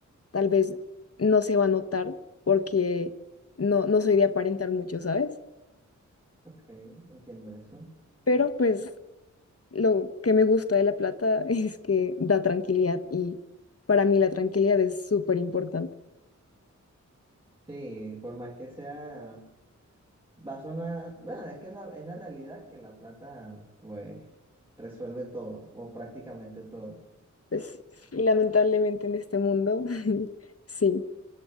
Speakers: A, on the left; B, on the right.
A: tal vez no se va a notar porque no, no soy de aparentar mucho, ¿sabes?
B: Ok, entiendo eso.
A: Pero pues lo que me gusta de la plata <laughs> es que da tranquilidad y para mí la tranquilidad es súper importante.
B: Sí, por más que sea, va a sonar, bueno, es que es la, es la realidad que la plata, pues, resuelve todo, o prácticamente todo.
A: Pues y lamentablemente en este mundo, <laughs> sí,